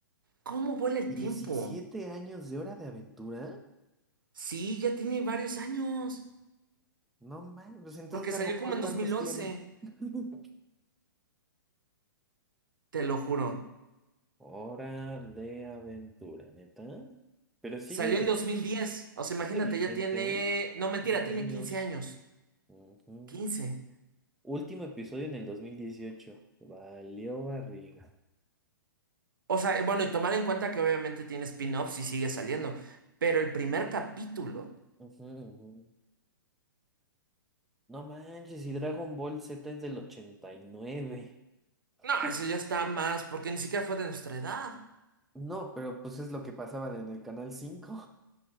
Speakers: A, on the right; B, in the centre.
A: ¿cómo vuela el
B: diecisiete
A: tiempo?
B: años de Hora de Aventura?
A: Sí, ya tiene varios años,
B: No man, pues entonces
A: porque
B: Dragon
A: salió como
B: Ball,
A: en
B: ¿cuántos
A: dos mil once
B: tiene? <laughs>
A: te lo
B: Eh,
A: juro.
B: Hora de Aventura, neta. Pero sigue,
A: Salió en 2010. O sea, imagínate,
B: sigue vigente,
A: ya tiene.
B: ¿eh?
A: No, mentira,
B: 15
A: tiene
B: años.
A: 15 años.
B: Ujú.
A: 15.
B: Último episodio en el dos mil dieciocho Valió barriga.
A: O sea, bueno, y tomar en cuenta que obviamente tiene spin-offs y sigue saliendo. Pero el primer capítulo.
B: Ujú, ujú. No manches, y Dragon Ball Z es del 89.
A: No,
B: Mm.
A: eso ya está más, porque ni siquiera fue de nuestra edad.
B: No, pero pues es lo que pasaban en el Canal cinco